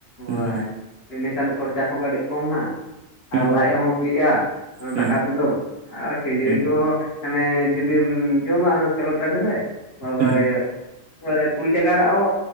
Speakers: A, on the right; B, on the left.
A: ᱦᱩᱸ
B: ᱵᱟ ᱤᱱᱟᱹ ᱠᱷᱟᱱ ᱠᱷᱚᱨᱪᱟ ᱠᱚ ᱠᱟᱹᱴᱤᱡ ᱠᱚᱢ ᱮᱱᱟ
A: ᱦᱩᱸ
B: ᱟᱨ ᱞᱟᱡ ᱦᱚᱸ ᱵᱤᱜᱼᱟ
A: ᱦᱩᱸ
B: ᱫᱟᱠᱟ ᱛᱮᱫᱚ ᱾ ᱟᱨ ᱠᱷᱮᱡᱟᱹᱲᱤ
A: ᱦᱩᱸ
B: ᱠᱚᱦᱚ ᱢᱟᱱᱮ ᱡᱚᱫᱤᱢ ᱡᱚᱢᱟ ᱚᱱᱟ ᱠᱷᱮᱞᱚᱴ ᱴᱟᱺᱰᱤ ᱨᱮ ᱾ ᱵᱟᱵᱟ
A: ᱦᱩᱸ
B: ᱨᱮ ᱢᱟᱱᱮ ᱠᱩᱲᱤ ᱴᱟᱠᱟ ᱨᱮᱱᱟᱜ ᱦᱳ